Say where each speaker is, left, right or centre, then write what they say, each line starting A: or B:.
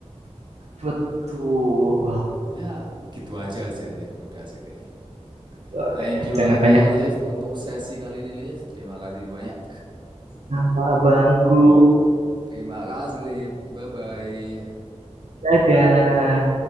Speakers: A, on the right; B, on the right.
A: Betul.
B: ya gitu aja sih Liv udah sih Liv
A: Oke,
B: Thank you
A: Jangan
B: lagi
A: banyak
B: ya Liv untuk sesi kali ini Liv. Terima kasih banyak.
A: nama abangku.
B: Terima kasih Liv. Bye-bye.
A: Dadah.